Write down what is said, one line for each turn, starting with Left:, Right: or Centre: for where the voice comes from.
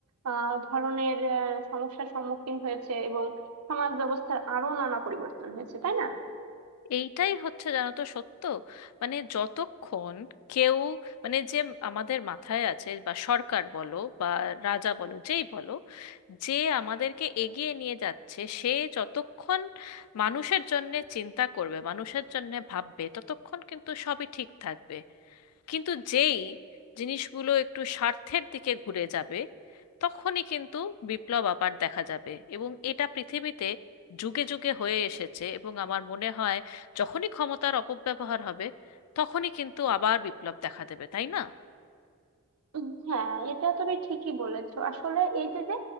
Right: আহ, ধরনের আহ, সমস্যার সম্মুখীন হয়েছে এবং সমাজ ব্যবস্থার আরো নানা পরিবর্তন হয়েছে তাই না
Left: এইটাই হচ্ছে জানো তো সত্য মানে যতক্ষণ কেউ মানে যে আমাদের মাথায় আছে বা সরকার বলো বা রাজা বলো যেই বলো যে আমাদেরকে এগিয়ে নিয়ে যাচ্ছে সে যতক্ষণ মানুষের জন্যে চিন্তা করবে মানুষের জন্যে ভাববে ততক্ষণ কিন্তু সবই ঠিক থাকবে কিন্তু যেই জিনিসগুলো একটু স্বার্থের দিকে ঘুরে যাবে তখনই কিন্তু বিপ্লব আবার দেখা যাবে এবং এটা পৃথিবীতে যুগে যুগে হয়ে এসেছে এবং আমার মনে হয় যখনই ক্ষমতার অপব্যবহার হবে তখনই কিন্তু আবার বিপ্লব দেখা দেবে তাই না
Right: উম, হ্যাঁ এটা তুমি ঠিকই বলেছো আসলে এই যে যে